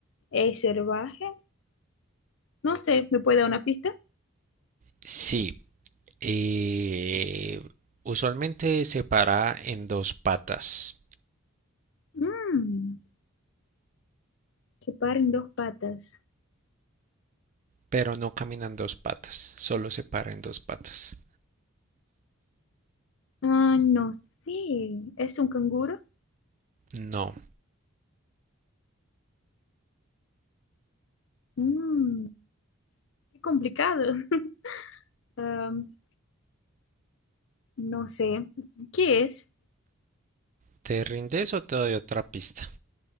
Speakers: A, on the left; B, on the right.
A: Es salvaje. No sé, ¿me puede dar una pista?
B: Sí. Eh, usualmente se para en dos patas,
A: Mm, que paren dos patas.
B: pero no camina en dos patas. Solo se para en dos patas.
A: Ah, no sé. ¿Es un canguro?
B: No.
A: Mm, Qué complicado. <laughs> Am, no sé. ¿Qué es?
B: ¿Te rindes o te doy otra pista?